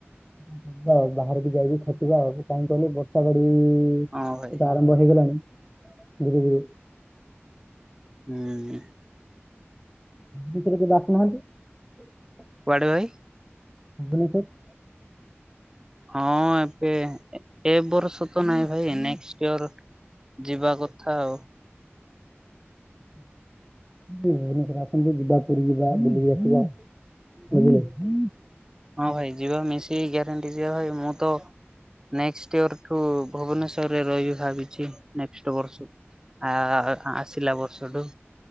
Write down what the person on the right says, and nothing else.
ହଁ ଭାଇ
ଉଁ ଉଁ।
କୁଆଡ଼େ ଭାଇ?
ହଁ ଏବେ, ଏ ବର୍ଷ ତ ନାଇଁ ଭାଇ, ନେଷ୍ଟ ଇୟର ଯିବା କଥା ଆଉ।
ହଁ ଭାଇ ଯିବା ମିଶିକି ଗ୍ୟାରେଣ୍ଟି ଯିବା ଭାଇ ମୁଁ ତ ନେକ୍ସ୍ ୟରଠୁ ଭୁବନେଶ୍ୱରରେ ରହିବି ଭାବି ନେଷ୍ଟ ବର୍ଷ ଆ ଆସିଲା ବର୍ଷଠୁ